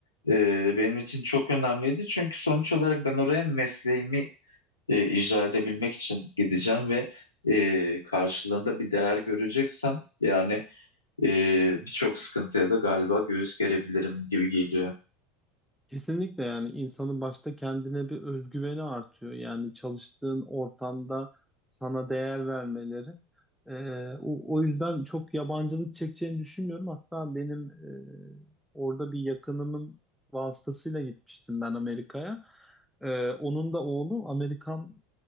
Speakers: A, on the left (about 85°); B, in the centre.
A: e, benim için çok önemliydi. Çünkü sonuç olarak ben oraya mesleğimi e, icra edebilmek için gideceğim ve e, karşılığında bir değer göreceksem yani e, birçok sıkıntıya da galiba göğüs gerebilirim gibi geliyor.
B: Kesinlikle yani insanın başta kendine bir özgüveni artıyor. Yani çalıştığın ortamda sana değer vermeleri. Ee, o, o yüzden çok yabancılık çekeceğini düşünmüyorum. Hatta benim e, orada bir yakınımın vasıtasıyla gitmiştim ben Amerika'ya. Ee, onun da oğlu Amerikan